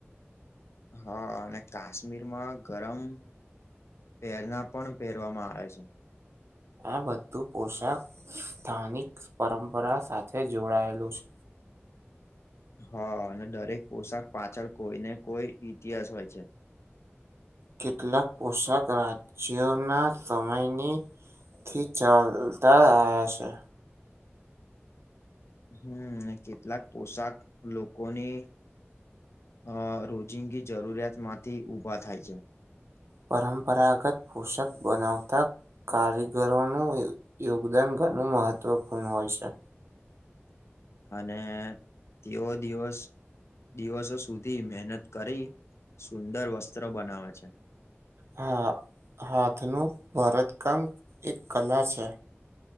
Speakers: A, on the left; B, on the right.
A: હા અને કાશ્મીરમાં ગરમ પહેરના પણ પહેરવામાં આવે છે.
B: આ બધું પોશાક સ્થાનિક પરંપરા સાથે જોડાયેલું છે.
A: હા અને દરેક પોશાક પાછળ કોઈને કોઈ ઇતિહાસ હોય છે.
B: કેટલાક પોશાક રાજ્યોના સમયની થી ચાલતા આવ્યા છે.
A: હમ કેટલાક પોશાક લોકોની અ રોજિંગી જરૂરિયાત માંથી ઉભા થાય છે.
B: પરંપરાગત પોશાક બનાવતા કારીગરોનું યોગદાન ઘણું મહત્વપૂર્ણ હોય છે.
A: અને તેવો દિવસ દિવસો સુધી મહેનત કરી સુંદર વસ્ત્ર બનાવે છે.
B: હા હાથનું ભરતકામ એક કલા છે.